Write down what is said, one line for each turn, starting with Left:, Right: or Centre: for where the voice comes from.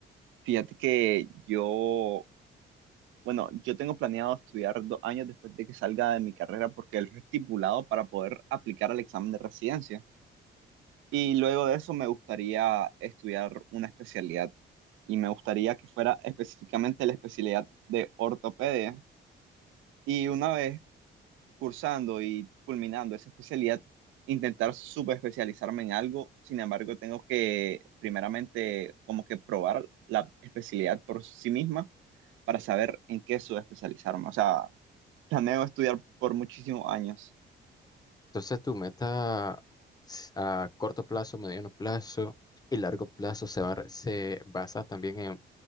Right: Fíjate que yo, bueno, yo tengo planeado estudiar dos años después de que salga de mi carrera porque es lo estipulado para poder aplicar al examen de residencia. Y luego de eso me gustaría estudiar una especialidad y me gustaría que fuera específicamente la especialidad de ortopedia. Y una vez cursando y culminando esa especialidad, intentar subespecializarme en algo. Sin embargo, tengo que primeramente como que probar la especialidad por sí misma para saber en qué subespecializarme. O sea, planeo estudiar por muchísimos años.
Left: Entonces, tu meta s- a corto plazo, mediano plazo y largo plazo se va, se basa también en